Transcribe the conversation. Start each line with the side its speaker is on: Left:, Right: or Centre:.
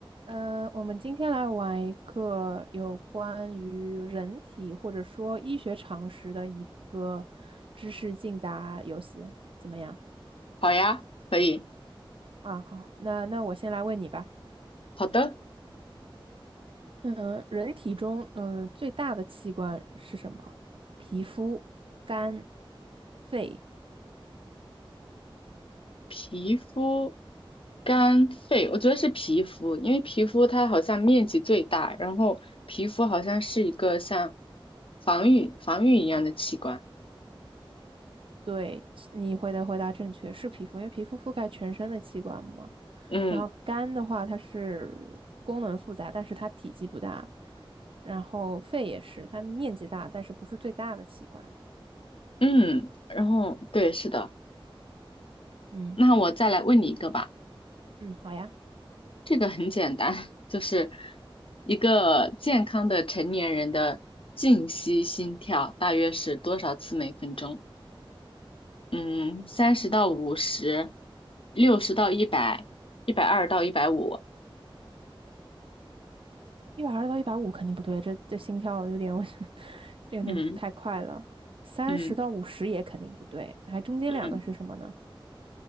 Right: 呃，我们今天来玩一个有关于人体或者说医学常识的一个知识竞答游戏，怎么样？
Left: 好呀，可以。
Right: 啊，好，那那我先来问你吧。
Left: 好的，
Right: 嗯，人体中嗯最大的器官是什么？皮肤、肝、肺
Left: 皮肤、肝、肺，我觉得是皮肤，因为皮肤它好像面积最大，然后皮肤好像是一个像防御防御一样的器官。
Right: 对，你回答回答正确，是皮肤，因为皮肤覆盖全身的器官嘛。
Left: 嗯
Right: 然后肝的话，它是功能复杂，但是它体积不大。然后肺也是，它面积大，但是不是最大的器官。
Left: 嗯，然后对，是的。
Right: 嗯
Left: 那我再来问你一个吧，
Right: 嗯，好呀，
Left: 这个很简单，<laughs> 就是一个健康的成年人的静息心跳大约是多少次每分钟？嗯，三十到五十，六十到一百，一百二到一百五，
Right: 一百二到一百五肯定不对，这这心跳有点，<laughs> 我这有点太快了。
Left: 嗯
Right: 三十到五十也肯定不对，
Left: 嗯
Right: 还中间两个是什么呢？
Left: 嗯，